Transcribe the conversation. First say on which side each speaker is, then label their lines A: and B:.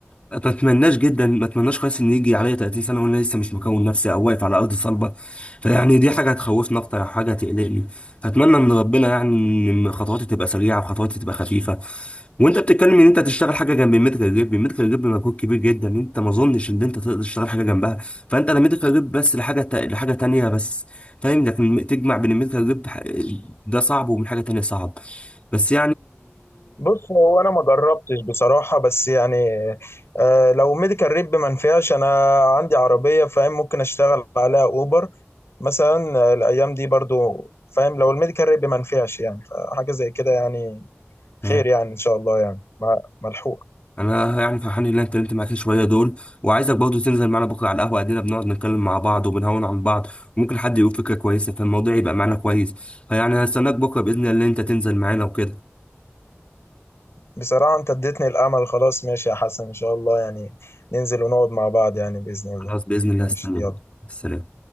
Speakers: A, on the left (about 30°); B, on the left (about 65°).
A: ما اتمناش جدا ما اتمناش خالص ان يجي عليا 30 سنه وانا لسه مش مكون نفسي او واقف على ارض صلبه فيعني دي حاجه هتخوفني اكتر حاجه هتقلقني فاتمنى ان ربنا يعني ان خطواتي تبقى سريعه وخطواتي تبقى خفيفه وانت بتتكلم ان انت تشتغل حاجه جنب الميديكال جيب الميديكال جيب مجهود كبير جدا انت ما اظنش ان انت تقدر تشتغل حاجه جنبها فانت لا ميديكال جيب بس لحاجه تا- لحاجه تانية بس فاهم لكن تجمع بين الميديكال جيب ح- ده صعب ومن حاجه تانية صعب بس
B: بص هو انا ما جربتش بصراحه بس يعني آه لو ميديكال ريب ما نفعش انا عندي عربيه فاهم ممكن اشتغل عليها اوبر مثلا آه، الايام دي برضو فاهم لو الميديكال ريب ما نفعش يعني حاجه زي كده يعني
A: يعني
B: خير يعني ان شاء الله يعني مع- ملحوق
A: انا يعني فرحان ان انا اتكلمت معاك شويه دول وعايزك برضه تنزل معانا بكره على القهوه قاعدين بنقعد نتكلم مع بعض وبنهون عن بعض وممكن حد يقول فكره كويسه فالموضوع يبقى معانا كويس فيعني هستناك بكره باذن الله ان انت تنزل معانا وكده
B: بصراحه انت اديتني الامل خلاص ماشي يا حسن ان شاء الله يعني ننزل ونقعد مع بعض يعني باذن الله
A: خلاص باذن الله
B: ماشي
A: هستناك
B: يلا
A: سلام